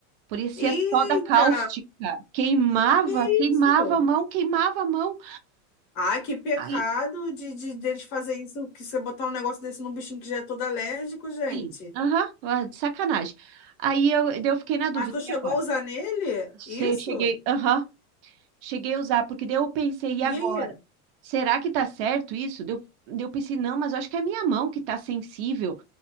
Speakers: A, on the right (about 40°); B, on the left (about 40°).
A: Parecia
B: Eita!
A: soda cáustica. Queimava,
B: Que
A: queimava
B: Isso!
A: a mão, queimava a mão.
B: Ai, que pecado
A: Aí,
B: de, de deles fazer isso, que você botar um negócio desse num bichinho que já é todo alérgico, gente.
A: assim, aham, ah, de sacanagem. Aí eu, daí eu fiquei na dúvida,
B: Mas tu chegou
A: e agora?
B: a usar nele?
A: Se-
B: Isso?
A: Cheguei, aham, cheguei a usar, porque daí eu pensei, e
B: E
A: agora?
B: aí?
A: Será que tá certo isso? Daí Eu, daí eu pensei, não, mas eu acho que é a minha mão que tá sensível,